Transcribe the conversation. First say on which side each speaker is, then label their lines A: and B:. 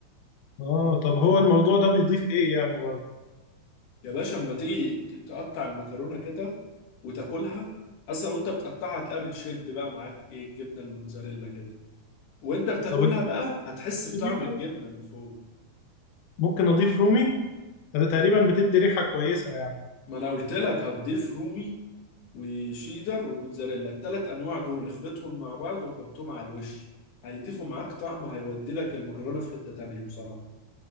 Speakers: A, on the left; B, on the left.
A: اه طب هو الموضوع ده بيضيف ايه يعني برضه
B: يا باشا اما تيجي ت- تقطع المكرونه كده وتاكلها اصلا وانت بتقطعها هتلاقيها بتشد بقى معاك ايه الجبنه الموتزاريلا كده وانت بتاكلها
A: طب
B: بقى هتحس
A: الجبنة
B: بطعم الجبنه من فوق
A: ممكن اضيف رومي آه، تقريبا بتدي ريحه كويسه يعني
B: ما انا قلت لك هتضيف رومي وشيدر وموتزاريلا التلات انواع دول اخلطهم مع بعض وحطهم على الوش هيضيفوا معاك طعم هيودي لك المكرونه في حته تانيه بصراحه